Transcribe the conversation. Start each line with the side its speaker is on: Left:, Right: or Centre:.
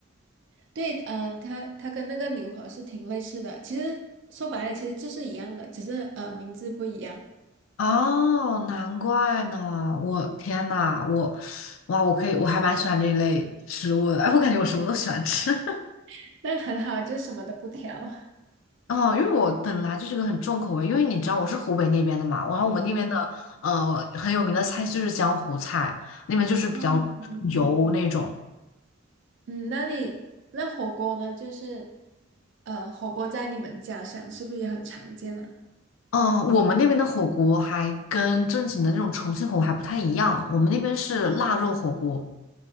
Right: 对，呃，它它跟那个牛河是挺类似的，其实说白了其实就是一样的，只是呃名字不一样。
Left: 哦，难怪呢！我天呐，我哇，我可以，我还蛮喜欢这一类食物的。哎，我感觉我什么都喜欢吃。<laughs>
Right: <laughs> 那很好，就什么都不挑。
Left: 哦，因为我本来就是个很重口味，因为你知道我是湖北那边的嘛，然后我们那边的呃很有名的菜就是江湖菜，
Right: 嗯，
Left: 那边就是比较油那种。
Right: 哦，对，嗯，那你那火锅呢？就是呃火锅在你们家乡是不是也很常见啊？
Left: 嗯，我们那边的火锅还跟正经的那种重庆火锅还不太一样，我们那边是腊肉火锅。